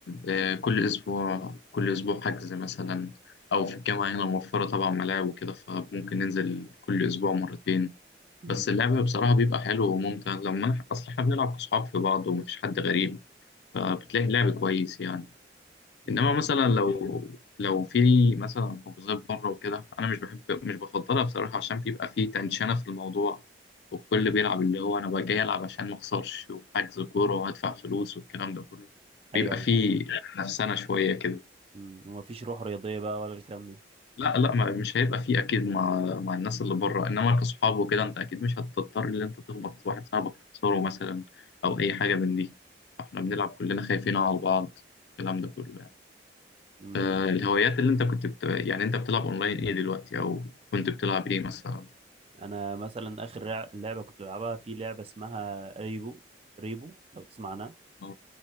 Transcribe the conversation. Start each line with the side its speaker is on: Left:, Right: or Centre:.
Left: آه، كل أسبوع كل أسبوع حجز مثلا أو في الجامعة هنا موفرة طبعا ملاعب وكده فممكن ننزل كل أسبوع مرتين
Right: مم.
Left: بس اللعب بصراحة بيبقى حلو وممتع لما أنا- أصل إحنا بنلعب كصحاب في بعض ومفيش حد غريب فبتلاقي اللعب كويس يعني.
Right: جميل
Left: انما مثلا لو لو في مثلا حجوزات بره وكده انا مش بحب مش بفضلها بصراحه عشان بيبقى في تنشنه في الموضوع والكل بيلعب اللي هو انا بقى جاي العب عشان ما اخسرش وحجز كوره وهدفع فلوس والكلام ده كله
Right: ايوه
Left: بيبقى
Right: ايوه
Left: في نفسنا شويه كده
Right: مم. ومفيش روح رياضية بقى ولا الكلام ده
Left: لا لا ما مش هيبقى في اكيد مع مع الناس اللي بره انما كصحاب وكده انت اكيد مش هتضطر ان انت تخبط واحد صاحبك تكسره مثلا او اي حاجه من دي احنا بنلعب كلنا خايفين على بعض الكلام ده كله يعني.
Right: مم.
Left: آه، الهوايات اللي انت كنت بت... يعني انت بتلعب اونلاين ايه دلوقتي او كنت بتلعب ايه مثلا
Right: انا مثلا اخر لع- لعبة كنت بلعبها في لعبة اسمها ريبو ريبو لو تسمع عنها
Left: او